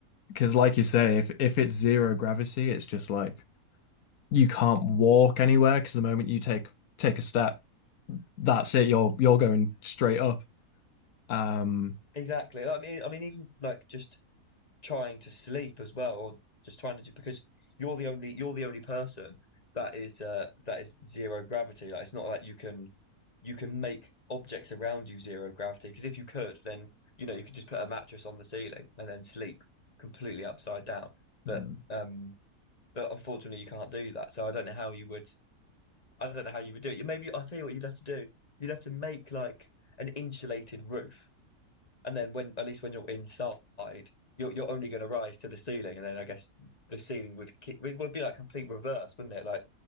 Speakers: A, on the left; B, on the left.
A: Because like you say, if if it's zero gravity, it's just like you can't walk anywhere because the moment you take take a step, that's it. You're you're going straight up. Um,
B: Exactly. I mean, I mean, even like just trying to sleep as well, or just trying to do because you're the only you're the only person that is uh, that is zero gravity. Like it's not like you can you can make objects around you zero gravity because if you could, then you know you could just put a mattress on the ceiling and then sleep completely upside down. But
A: Mm.
B: um, but unfortunately you can't do that. So I don't know how you would I don't know how you would do it. Maybe I'll tell you what you'd have to do. You'd have to make like an insulated roof and then when at least when you're inside, you're you're only going to rise to the ceiling, and then I guess the ceiling would ki- it would be like complete reverse, wouldn't it? Like